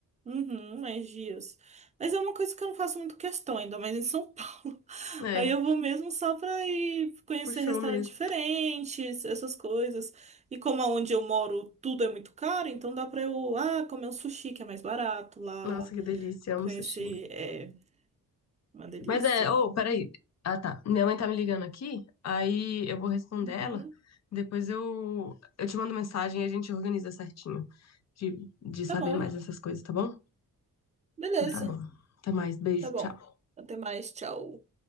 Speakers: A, on the right; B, on the left.
A: Uhum, mais dias. Mas é uma coisa que eu não faço muito questão ainda, mas em São Paulo. <laughs>
B: É,
A: Aí eu vou mesmo só pra ir conhecer
B: puxou
A: restaurantes
B: mesmo.
A: diferentes, essas coisas. E como aonde eu moro tudo é muito caro, então dá pra eu, ah, comer um sushi que é mais barato lá.
B: Nossa, que delícia, amo
A: Conhecer,
B: sushi.
A: é uma delícia.
B: Mas é, ô, peraí. Ah, tá. Minha mãe tá me ligando aqui, aí eu vou responder
A: Uhum,
B: ela. Depois eu, eu te mando mensagem e a gente organiza certinho de, de
A: tá
B: saber
A: bom,
B: mais essas coisas, tá bom?
A: beleza,
B: Então tá bom. Até mais, beijo,
A: tá bom.
B: tchau.
A: Até mais, tchau.